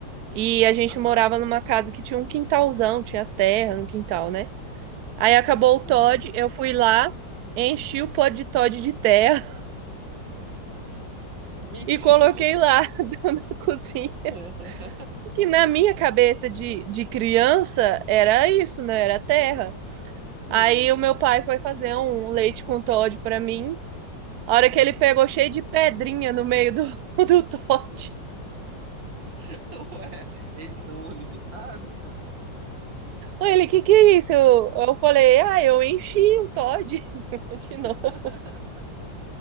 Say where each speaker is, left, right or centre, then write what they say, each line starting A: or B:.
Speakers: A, on the right; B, on the right.
A: E a gente
B: Aham,
A: morava numa casa que tinha um quintalzão, tinha terra no quintal, né? Aí acabou o Todd,
B: uhum.
A: eu fui lá, enchi o pó de Todd de terra <laughs>
B: Mentira.
A: e coloquei lá na <laughs> cozinha.
B: <laughs>
A: Que na minha cabeça de, de criança era isso, né? Era terra.
B: Sim,
A: Aí o meu pai foi fazer um leite com Todd pra mim. A hora que ele pegou cheio de pedrinha no meio do, <laughs> do Todd.
B: <laughs> Ué, eles são limitados?
A: Aí Ele, que que é isso? Eu, eu falei, ah, eu enchi o Todd <laughs> de
B: <laughs>
A: novo.